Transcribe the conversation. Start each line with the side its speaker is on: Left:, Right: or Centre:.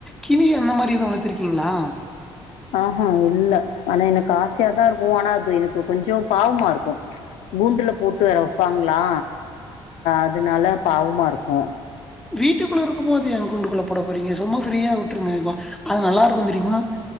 Centre: கிளி அந்த மாரி எது வளத்துக்கீங்களா
Left: ஆஹான் இல்ல ஆனா எனக்கு ஆசயாதா இருக்கு ஆனா அது எனக்கு கொஞ்ச பாவமா இருக்கு கூண்டுல போட்டு வேற வப்பாங்களா அதனால பாவமா இருக்கு
Centre: வீட்டுக்குள்ள இருக்கும் போது எ குண்டுக்குள்ள போட போறீங்க சும்மா ஃப்ரீயா விட்ருங்க ப அது நல்லா இருக்கும் தெரியுமா